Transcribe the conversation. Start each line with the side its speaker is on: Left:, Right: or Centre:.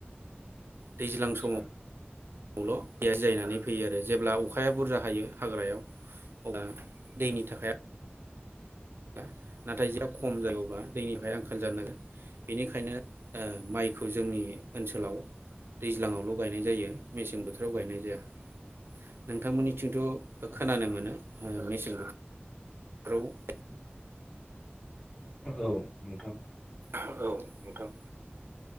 Right: दैज्लां
Left: आदसा
Right: समाव खौल' दैया जियायनानै फैयो आरो, जेब्ला अखाया बुरजा हायो हाग्रायाव अब्ला दैनि थाखाय नाथाय जेला खम जायोब्ला दैनि थाखाय आंखाल जानो नागिरो बेनिखायनो ओ माइखौ जोंनि ओनसोलाव दैज्लाङावल' गायनाय जायो मेसें बोथोराव गायनाय जाया। नोंथांमोननि बिथिंथ'
Left: आदसा
Right: खोनानो मोनो मेसें बोथो <unintelligible>
Left: औ नोंथां।
Right: औ नोंथां।